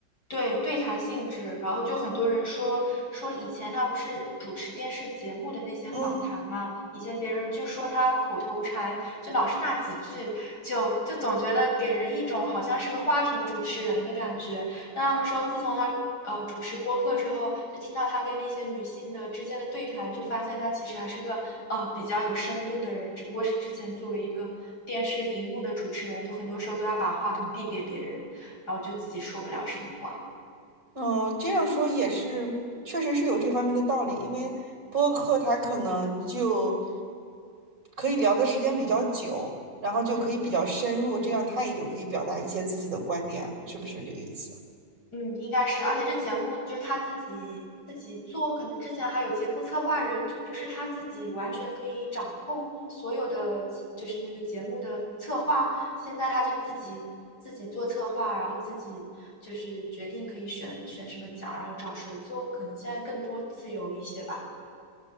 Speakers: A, on the left (about 70°); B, on the right (about 55°).
A: 对，对谈性质，然后就很多人说说以前他不是主持电视节目的那些访谈嘛，
B: 嗯。
A: 以前别人就说他口头禅，就老是那几句，就就总觉得给人一种好像是个花瓶主持人的感觉。但他们说，自从他呃主持播客之后，就听到他跟那些女性的之间的对谈，就发现他其实还是个呃比较有深度的人，只不过是之前作为一个电视荧幕的主持人，就很多时候都要把话筒递给别人，然后就自己说不了什么话。
B: 嗯，这样说也是，确实是有这方面的道理。
A: 嗯，
B: 因为播客它可能就可以聊的时间比较久，然后就可以比较深入，
A: 对，
B: 这样他也就可以表达一些自己的观点，是不是这个意思？
A: 嗯，应该是，而且这节目就是他自己自己做，可能之前还有节目策划人，就不是他自己完全可以掌控所有的节，就是那个节目的策划。现在他就自己自己做策划，然后自己就是决定可以选选什么奖，然后找谁做，可能现在更多自由一些吧。